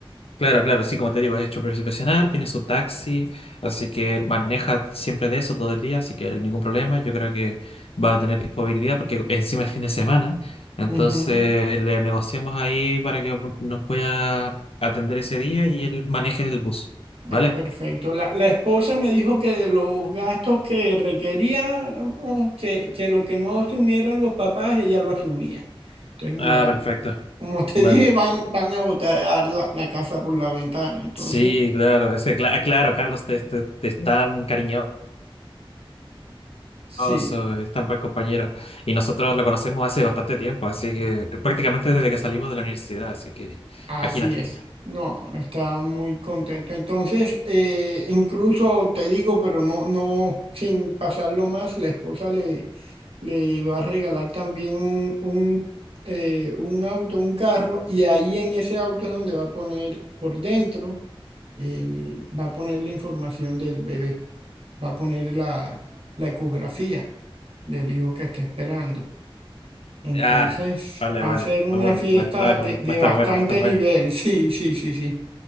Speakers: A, on the left; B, on the right.
A: Claro, claro, sí, como te digo, es chofer profesional, tiene su taxi, así que maneja siempre de eso todo el día, así que ningún problema. Yo creo que va a tener disponibilidad porque encima es fin de semana, entonces
B: Ujú.
A: le negociamos ahí para que nos pueda atender ese día y él maneje el bus, ¿vale?
B: Ah, perfecto. La, la esposa me dijo que de los gastos que requería, oh, que, que lo que no asumieran los papás, ella lo asumía. Entonces, no,
A: Ah, perfecto.
B: como te
A: Vale.
B: dije, van, van a botar la, la casa por la ventana. Entonces,
A: Sí, claro, ese, cla- claro, Carlos, te, te, te están cariñosos
B: sí.
A: Oso, es tan buen compañero. Y nosotros lo conocemos hace bastante tiempo, así que que prácticamente desde que salimos de la universidad, así que
B: Así
A: imagínate.
B: es. No, no, está muy contento. Entonces, eh, incluso te digo, pero no, no, sin pasarlo más, la esposa le, le va a regalar también un, un, eh, un auto, un carro, y ahí en ese auto es donde va a poner por dentro, eh, va a poner la información del bebé, va a poner la, la ecografía del hijo que está esperando. Entonces,
A: Ah, vale,
B: va
A: vale.
B: a ser una
A: Uy,
B: fiesta
A: va a estar,
B: de,
A: va
B: de
A: a estar
B: bastante
A: bueno, va a estar bueno.
B: nivel, <laughs> sí, sí, sí, sí.